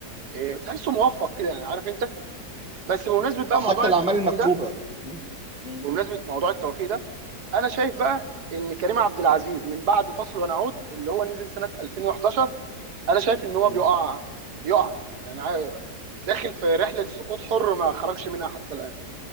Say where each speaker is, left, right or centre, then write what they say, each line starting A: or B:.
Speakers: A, on the right; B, in the centre.
A: إيه، تحسه موفق كده يعني عارف انت بس بمناسبه بقى
B: آه،
A: موضوع
B: حتى الاعمال
A: التوفيق
B: المكتوبه
A: ده
B: م- م-
A: بمناسبه موضوع التوفيق ده انا شايف بقى ان كريم عبد العزيز من بعد فصل ونعود اللي هو نزل سنه 2011 انا شايف ان هو
B: م.
A: بيقع بيقع يعني عا- داخل في رحله سقوط حر ما خرجش منها حتى الان